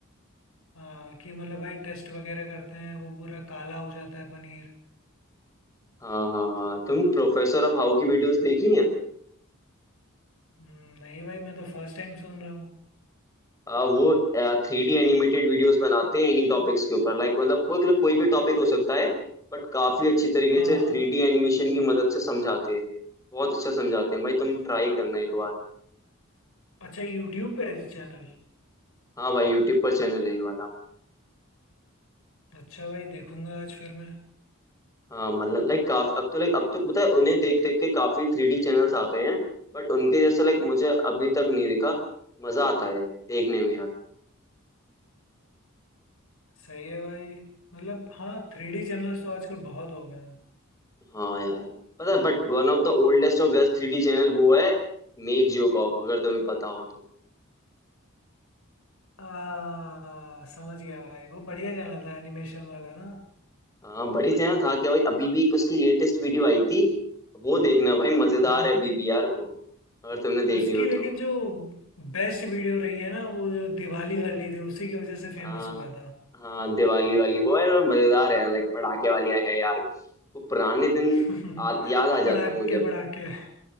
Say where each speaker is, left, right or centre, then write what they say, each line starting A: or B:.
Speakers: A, on the left; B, on the left.
A: हाँ कि मतलब भाई टेस्ट वगैरह करते हैं वो पूरा काला हो जाता है पनीर
B: हाँ हाँ हाँ तुमने प्रोफेसर ऑफ हाउ की वीडियोस देखी हैं
A: हम्म, नहीं भाई मैं तो फर्स्ट टाइम सुन रहा हूँ
B: आ, वो थ्री डी एनिमेटेड वीडियोस बनाते हैं इन्हीं टॉपिक्स के ऊपर लाइक मतलब वो मतलब कोई भी टॉपिक हो सकता है बट काफी अच्छी तरीके
A: हाँ
B: से
A: हाँ
B: थ्री डी एनिमेशन की मदद से समझाते हैं बहुत अच्छा समझाते हैं भाई तुम ट्राई करना एक बार
A: अच्छा यूट्यूब पे चैनल
B: हाँ भाई यूट्यूब पर चैनल है ये वाला
A: अच्छा भाई देखूंगा आज फिर मैं
B: हाँ मतलब लाइक काफी अब तो लाइक अब तो पता है उन्हें देख देख के काफी थ्री डी चैनल्स आ गए हैं बट उनके जैसे लाइक मुझे अभी तक नहीं दिखा मजा आता है यार देखने में यार
A: सही है भाई मतलब हाँ थ्री डी चैनल्स तो आजकल बहुत हो गए हैं
B: हाँ यार पता but one of the oldest और बेस्ट थ्री डी चैनल वो है मेक जोकॉफ अगर तुम्हें पता हो तो
A: आ, समझ गया भाई वो बढ़िया चैनल था एनिमेशन वाला ना
B: हाँ बड़ी चैनल था क्या भाई अभी भी एक उसकी लेटेस्ट वीडियो आई थी वो देखना भाई मजेदार
A: हाँ
B: है अभी भी यार वो अगर तुमने
A: उसकी
B: देखी हो
A: लेकिन
B: तो
A: जो बेस्ट वीडियो रही है ना वो जो दिवाली वाली थी उसी की वजह से फेमस
B: हाँ
A: हुआ था
B: हाँ दिवाली वाली वो है और मजेदार है लाइक पटाखे वाली है यार वो पुराने दिन
A: <laughs>
B: आ, याद आ जाते
A: पड़ाके
B: हैं मुझे अपने
A: पड़ाके